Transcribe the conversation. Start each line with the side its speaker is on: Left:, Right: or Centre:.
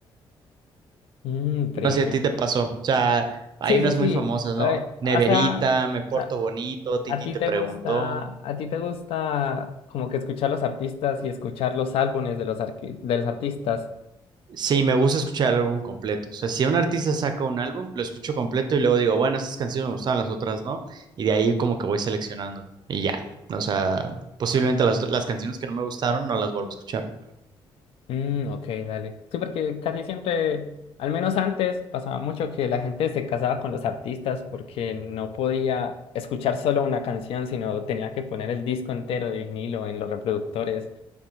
Left: Mm, breve.
Right: No sé, a ti te pasó. O sea, hay
Left: Sí,
Right: unas
Left: sí, sí.
Right: muy famosas, ¿no?
Left: Eh,
Right: Neverita,
Left: o sea,
Right: Me Porto
Left: a,
Right: Bonito, Titi
Left: a ti
Right: te
Left: te
Right: preguntó.
Left: gusta, a ti te gusta como que escuchar los artistas y escuchar los álbumes de los, arqui- de los artistas.
Right: Sí, me gusta escuchar el álbum completo. O sea, si un artista saca un álbum, lo escucho completo y luego digo, bueno, estas canciones me gustaban, las otras no. Y de ahí como que voy seleccionando. Y ya. O sea, posiblemente las, las canciones que no me gustaron no las vuelvo a escuchar.
Left: Mm, ok, dale. Sí, porque casi siempre, al menos antes, pasaba mucho que la gente se casaba con los artistas porque no podía escuchar solo una canción, sino tenía que poner el disco entero de vinilo en los reproductores.